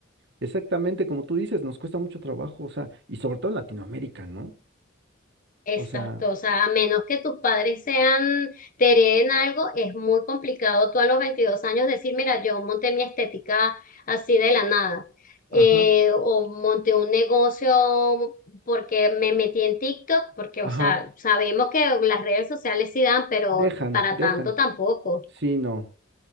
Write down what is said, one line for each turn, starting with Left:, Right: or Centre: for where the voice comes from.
Right: Exactamente como tú dices, nos cuesta mucho trabajo, o sea, y sobre todo en Latinoamérica, ¿no?
Left: Exacto,
Right: O sea,
Left: o sea, a menos que tus padres sean, te hereden algo, es muy complicado tú a los 22 años decir, mira, yo monté mi estética así de la nada,
Right: ajá,
Left: eh, o monté un negocio porque me metí en TikTok, porque,
Right: ajá,
Left: o sea, sabemos que las redes sociales sí dan, pero
Right: dejan,
Left: para
Right: dejan.
Left: tanto tampoco.
Right: Sí, no,